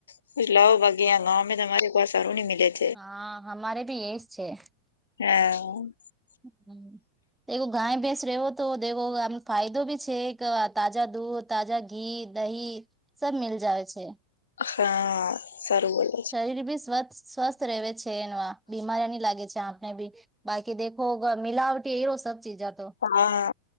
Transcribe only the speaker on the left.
<unintelligible>
<unintelligible>
<unintelligible>
હા